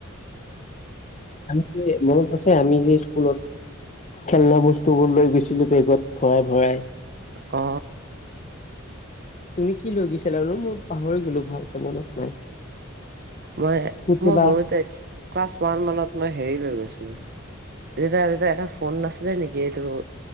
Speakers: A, on the left; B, on the right.
A: আনকি মোৰো টচ আমি যে স্কুলত খেলনা বস্তু বোৰ লৈ গৈছিলো বেগত ভৰাই ভৰাই
B: অ
A: তুমি কি লৈ গৈছিলা আৰু নো, মই পাহৰি গলো ভালকৈ মনত নাই।
B: মই,
A: পুতলা
B: মই সৰুতে ক্লাছ ওৱান মানত মই হেৰি হৈ গৈছো। তায়া এটা ফোন নাছিলে নেকি এইটো